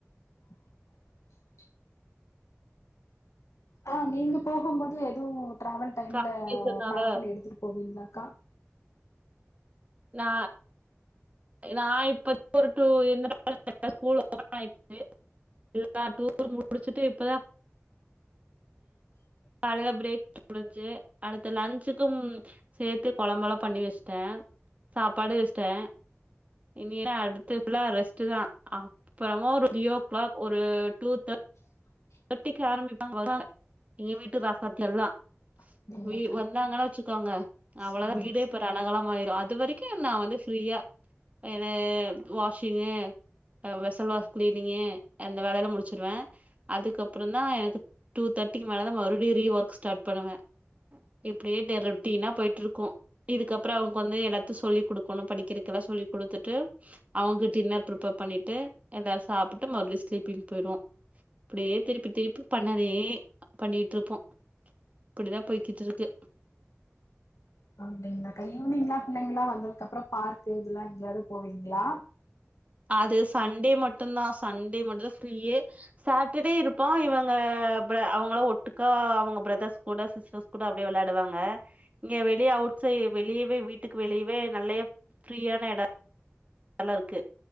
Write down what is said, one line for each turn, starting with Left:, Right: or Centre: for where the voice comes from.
Left: <inaudible> ஆ நீங்க போகும் போது எதுவு டிராவல் டைம்ல
Right: காலைல எந்திரிச்சனால
Left: பேக் பண்ணி எடுத்துட்டு போவீங்ளாக்கா
Right: நா நான் இப்ப <inaudible> போற டூ இல்லடா <inaudible> கர்ட்டா ஸ்கூல் ஓபன் ஆயிர்ச்சு எல்லா டூரு முடிச்சுட்டு இப்பதா
Left: <inaudible>
Right: காலைல பிரேக் <inaudible> முடிஞ்சு அடுத்து லன்ச்சுக்கும் சேத்து கொழம்பலா பண்ணி வஸ்ட்ட சாப்பாடு வஸ்ட்ட இனிலா அடுத்து ஃபுல்லா ரெஸ்ட்டுதா அப்புறமா ஒரு த்ரீயோ கிளாக் ஒரு டூ த
Left: <inaudible>
Right: தட்டிக்கு ஆரமிப்பாங்க வருவாங்க எங்க வீட்டு ராசாத்தியெல்லா
Left: அப்டிங்களாக்கா
Right: வீ வந்தாங்கன்னா வச்சுக்கோங்க அவ்வளோதா
Left: செரி
Right: வீடே இப்ப ரணகலம் ஆயிரு அது வரைக்கு நா வந்து ஃப்ரீயா ஏன வாஷிங்கு அ வெசல்வாஷ் கிளீனிங்க்கு அந்த வேலையல்லா முடிச்சிருவே அதுக்கப்புறந்தா எனக்கு டூ தேர்ட்டிக்கு மேல தா மறுபடி ரீ ஒர்க் ஸ்டார்ட் பண்ணுவே இப்படியே டே ரொட்டின்னா போயிட்ருக்கு இதுக்கப்பற அவங்க வந்து எல்லாத்து சொல்லி் குடுக்கணு படிக்கிறக்கல்லா சொல்லி் குடுத்துட்டு அவங்க டின்னர் ப்ரிபேர் பண்ணிட்டு எல்லார் சாப்புட்டு மறுபடியு ஸ்லீப்பிங் போய்டுவோ இப்படியே திருப்பி திருப்பி பண்ணதே பண்ணிட்ருப்போ இப்படிதா போய்கிட்டு இருக்கு
Left: அப்படிங்களாக்கா ஈவினிங்ல்லா பிள்ளைங்களா வந்ததுக் அப்புறம் பார்க்கு இதெல்லா எங்கியாது போவீங்களா
Right: அது சண்டே மட்டுந்தா சண்டே மட்டுந்தா ஃப்ரீயே சாட்டர்டே இருப்போ இவங்க பிரே அவங்களு ஒட்டுக்கா அவங்க பிரதர்ஸ் கூட சிஸ்டர்ஸ் கூட அப்படியே விளையாடுவாங்க இங்க வெளியே அவுட் சை வெளியவே வீட்டுக்கு வெளியவே நல்லையா ஃப்ரீயான இட எல்லா இருக்கு